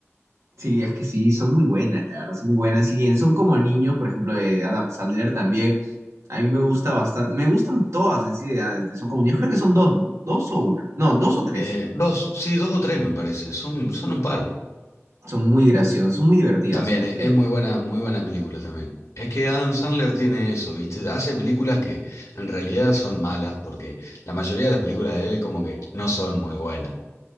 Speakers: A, on the right; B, on the left.
A: Sí, es que sí, son muy buenas, la verdad, son muy buenas. Y bien, son como niños, por ejemplo, de Adam Sandler también. A mí me gusta bastante, me gustan todas en sí, de, ah, de- son como niños, creo que son dos, ¿no? Dos o una, no, dos o tres.
B: Eh, dos, sí, dos o tres me parece, son, son un par.
A: Son muy graciosas, son muy divertidas,
B: También
A: no
B: e-
A: sé,
B: es muy buena, muy buena película también. Es que Adam Sandler tiene eso, ¿viste? Hace películas que en realidad son malas, porque la mayoría de las películas de él como que no son muy buenas.